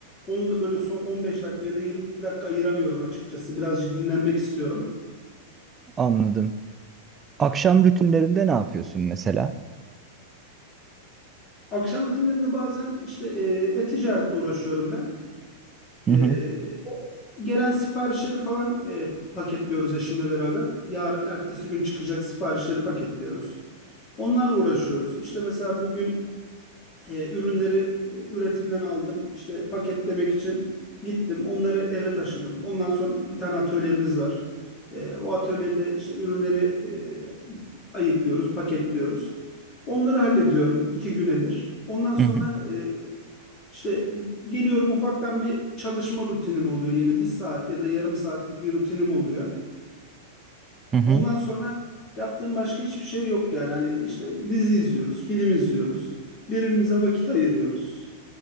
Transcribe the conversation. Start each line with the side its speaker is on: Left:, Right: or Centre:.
Left: Onu da böyle son 15 dakika ya da 20 dakika ayıramıyorum açıkçası. Birazcık dinlenmek istiyorum.
Right: anladım. Akşam rutinlerinde ne yapıyorsun mesela?
Left: Akşam rutinlerinde bazen işte e, e-ticaretle uğraşıyorum ben. E,
Right: Hı hı,
Left: o gelen siparişleri falan e, paketliyoruz eşimle beraber. Yarın ertesi gün çıkacak siparişleri paketliyoruz. Onlarla uğraşıyoruz. İşte mesela bugün E, ürünleri e, üretimden aldım. İşte paketlemek için gittim. Onları eve taşıdım. Ondan sonra bir tane atölyemiz var. E, o atölyede işte ürünleri e, ayıklıyoruz, paketliyoruz. Onları hallediyorum iki güne bir. Ondan sonra
Right: hı hı,
Left: e, işte geliyorum ufaktan bir çalışma rutinim oluyor yine. Bir saat ya da yarım saatlik bir rutinim oluyor.
Right: hı hı.
Left: Ondan sonra yaptığım başka hiçbir şey yok yani. Hani işte dizi izliyoruz, film izliyoruz. Birbirimize vakit ayırıyoruz.